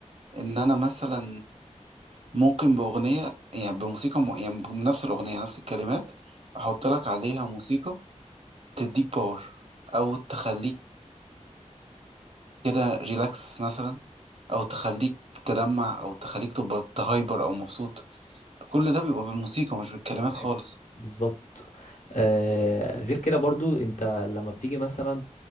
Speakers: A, on the right; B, on the left.
A: ان انا مثلا ممكن باغنية يعني بموسيقى م... يعني بنفس الاغنية نفس الكلمات احط لك عليها موسيقى تديك باور او تخليك كده ريلاكس مثلا او تخليك تدمع او تخليك تبقى تهايبر او مبسوط كل ده بيبقى بالموسيقى مش بالكلمات
B: مستهلك.
A: خالص
B: بالظبط آه غير كده برضو انت لما بتيجي مثلا